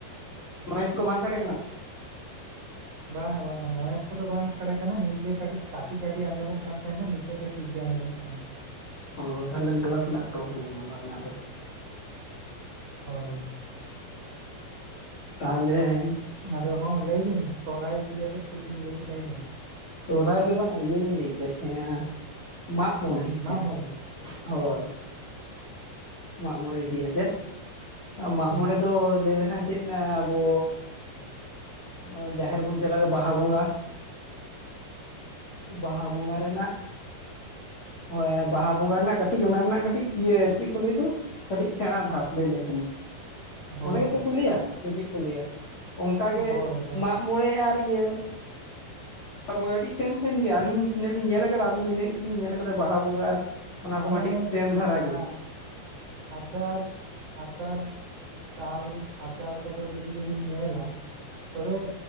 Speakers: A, on the left (about 60°); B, on the right (about 65°).
A: ᱱᱚᱭᱮᱥ ᱠᱚ ᱵᱟᱝ ᱥᱟᱰᱮ ᱠᱟᱱᱟ ᱛᱚ?
B: ᱵᱟᱝᱟ ᱵᱟᱝᱟ ᱱᱚᱭᱮᱥ ᱠᱚᱫᱚ ᱵᱟᱝ ᱥᱟᱰᱮ ᱠᱟᱱᱟ ᱱᱤᱛᱜᱮ ᱠᱟᱹᱴᱤᱡ, ᱠᱟᱹᱴᱤᱡ ᱠᱟᱹᱴᱤᱡ ᱟᱸᱡᱚᱢᱚᱜ ᱠᱟᱱ ᱛᱟᱦᱮᱸᱫᱟ ᱱᱤᱛ ᱱᱤᱛᱚᱜ ᱫᱚ ᱴᱷᱤᱠ ᱜᱮ ᱟᱸᱡᱚᱢᱚᱜ ᱠᱟᱱᱟ ᱾
A: ᱚᱻ ᱛᱟᱦᱟᱞᱮ ᱱᱮᱴᱣᱟᱨᱠ ᱨᱮᱱᱟᱜ ᱯᱨᱚᱵᱞᱮᱢ ᱚᱱᱟ ᱨᱮᱱᱟᱜ ᱫᱚ ᱾
B: ᱦᱳᱭ ᱦᱳᱭ ᱾
A: ᱛᱟᱦᱚᱞᱮ
B: ᱟᱫᱚ ᱦᱚᱸ ᱞᱟᱹᱭ ᱵᱤᱱ ᱥᱚᱦᱚᱨᱟᱭ ᱤᱫᱤᱭᱟᱛᱮᱫ ᱪᱮᱫ ᱵᱤᱱ ᱞᱟᱹᱭᱮᱫ ᱛᱟᱦᱮᱸᱫᱟ?
A: ᱥᱚᱦᱚᱨᱟᱭ ᱫᱚ ᱵᱟᱝ ᱤᱭᱟᱹ ᱞᱤᱧ ᱞᱟᱹᱭ ᱮᱫ ᱛᱟᱦᱮᱱᱟ ᱢᱟᱜ ᱢᱚᱬᱮ ᱦᱤᱥᱤᱫ
B: ᱢᱟᱜ ᱢᱚᱬᱮ
A: ᱛᱮ ᱦᱳᱭ ᱾ ᱢᱟᱜ ᱢᱚᱬᱮ ᱤᱫᱤᱠᱟᱛᱮᱫ ᱢᱟᱜ
B: ᱦᱩᱸ
A: ᱢᱚᱬᱮ ᱫᱚ ᱞᱟᱹᱭ ᱞᱮᱠᱷᱟᱱ ᱪᱮᱫ ᱟᱵᱚ ᱱᱚᱜᱼᱚᱭ ᱡᱟᱦᱮᱨ ᱵᱚᱱ ᱪᱟᱞᱟᱜᱼᱟ ᱵᱟᱦᱟ ᱵᱚᱸᱜᱟ ᱵᱟᱦᱟ ᱵᱚᱸᱜᱟ ᱨᱮᱱᱟᱜ ᱦᱳᱭ ᱚᱱᱟ ᱵᱟᱦᱟ ᱵᱚᱸᱜᱟ ᱨᱮᱱᱟᱜ ᱠᱟᱹᱴᱤᱡ ᱚᱱᱟ ᱨᱮᱱᱟᱜ ᱠᱟᱹᱴᱤᱡ ᱤᱭᱟᱹ ᱪᱮᱫ ᱠᱚ ᱞᱟᱹᱭ ᱫᱚ? ᱠᱟᱹᱴᱤᱡ ᱥᱮᱬᱟ ᱫᱷᱟᱯ ᱞᱟᱹᱭ ᱞᱮᱠᱷᱟᱱ ᱾
B: ᱦᱳᱭ
A: ᱚᱱᱰᱮ ᱜᱮᱛᱚ ᱠᱩ ᱞᱟᱹᱭᱟ ᱥᱮ ᱪᱮᱫ ᱠᱚ ᱞᱟᱹᱭᱟ ᱚᱱᱠᱟᱜᱮ
B: ᱦᱳᱭ ᱦᱳᱭ
A: ᱢᱟᱜ ᱢᱚᱬᱮ ᱟᱨ ᱤᱭᱟᱹ <inaudible> ᱟᱹᱰᱤ ᱥᱮᱢ ᱥᱮᱱ ᱜᱮ ᱟᱞᱤᱧ ᱛᱤᱱᱟᱹᱜ ᱞᱤᱧ ᱧᱮᱞ ᱟᱠᱟᱫᱟ ᱟᱹᱞᱤᱧ ᱤᱱᱟᱹᱜ ᱜᱤᱛᱩ ᱞᱤᱧ ᱞᱮᱞ ᱟᱠᱟᱫᱟ ᱵᱟᱦᱟ ᱵᱚᱸᱜᱟ ᱟᱨ ᱚᱱᱟ
B: ᱢᱟᱱᱮ
A: ᱠᱚ ᱢᱟ ᱴᱤᱡ ᱥᱮᱢ ᱫᱷᱟᱨᱟ
B: ᱚᱱᱟ
A: ᱜᱮ ᱾
B: ᱟᱪᱟᱨ ᱟᱪᱟᱨ ᱪᱟᱞ ᱟᱪᱟᱞ ᱠᱚᱫᱚ ᱡᱩᱫᱤ ᱡᱩᱵᱤᱱ ᱧᱮᱞᱟ ᱛᱚᱵᱮ